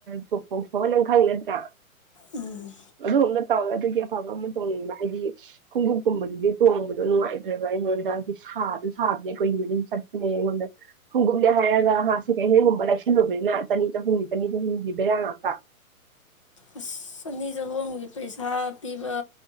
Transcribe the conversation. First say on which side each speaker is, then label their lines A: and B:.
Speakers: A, on the right (about 40°); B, on the left (about 25°).
A: ꯆ ꯄꯣꯝꯊꯣꯛꯑ ꯅꯪ ꯈꯪ ꯅꯠꯇ꯭ꯔꯥ
B: ꯎꯝ
A: ꯃꯔꯨꯞ ꯑꯃ ꯇꯧꯋꯦ ꯑꯗꯨꯒꯤ ꯑꯐꯕ ꯑꯃ ꯇꯣꯡꯅꯤꯡꯕ ꯍꯥꯏꯗꯤ ꯈꯣꯡꯎꯞꯀꯨꯝꯕꯗꯨꯗꯤ ꯇꯣꯡꯕꯗꯣ ꯅꯨꯡꯉꯥꯏꯇ꯭ꯔꯦꯕ ꯑꯩꯉꯣꯟ ꯁꯥꯗꯤ ꯁꯥꯕꯅꯦ ꯀꯨꯢꯅ ꯗꯨꯝ ꯆꯠꯄꯅꯦ ꯑꯩꯉꯣꯟꯗ ꯈꯣꯡꯎꯞꯅꯤ ꯍꯥꯏꯔꯒ ꯍꯥ ꯁꯦꯀꯦꯟ ꯍꯦꯟꯒꯨꯝꯕ ꯂꯩꯁꯜꯂꯨꯕꯅꯤꯅ ꯆꯅꯤ ꯆꯍꯨꯝꯅꯤ ꯆꯅꯤ ꯆꯍꯨꯝꯒꯤ ꯕꯦꯔꯥ ꯉꯥꯛꯇ
B: ꯑꯁ ꯆꯅꯤ ꯆꯍꯨꯝꯒꯤ ꯄꯩꯁꯥ ꯄꯤꯕ